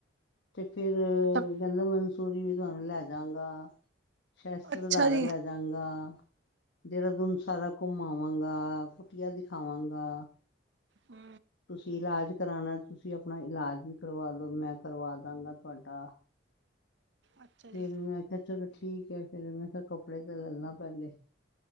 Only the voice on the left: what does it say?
ਤੇ ਫੇਰ
ਕਹਿੰਦਾ ਮਨਸੂਰੀ ਵੀ ਤੁਹਾਨੂੰ ਲੈ ਜਾਗਾ। ਸ਼ਸਤਰ
ਧਾਰਾ
ਲੈ ਜਾਗਾ ਦੇਹਰਾਦੂਨ ਸਾਰਾ ਘੁੰਮਾਵਾਂਗਾ ਕੁਟੀਆ ਦਿਖਾਵਾਂਗਾ।
ਤੁਸੀਂ ਇਲਾਜ ਕਰਾਣਾ ਤੁਸੀਂ ਆਪਣਾ ਇਲਾਜ ਵੀ ਕਰਵਾ ਲੋ ਮੈਂ ਕਰਵਾ ਦਾਂਗਾ ਤੁਹਾਡਾ। <unintelligible> <unintelligible> <unintelligible>
ਫੇਰ ਮੈਂ ਕਿਹਾਆ ਚਲੋ ਠੀਕ ਹੈ ਫੇਰ ਮੈਂ ਕਿਹਾ ਕੱਪੜੇ ਤੇ ਲਲਾ ਪਹਿਲੇ।